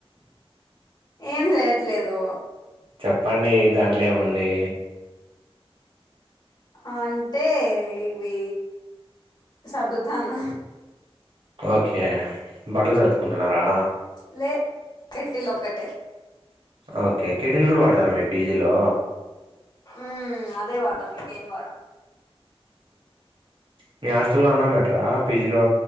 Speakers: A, on the left (about 40°); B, on the right (about 60°).
A: ఏం చేయట్లేదు
B: చెప్పండి దాంట్లో ఏముంది
A: అంటే ఇవి సర్దుతన్న
B: ఓకే బట్టలు సర్డుకుంటున్నారా
A: లే కేటిల్ లోక్కటే
B: ఓకే కేటీలు కూడా వాడతారా మీ పీజీలో
A: ఉ అదే వాతం ఇకేం వాడం
B: మీ హాస్టల్లో అన్నం మెట్రా పీజీలు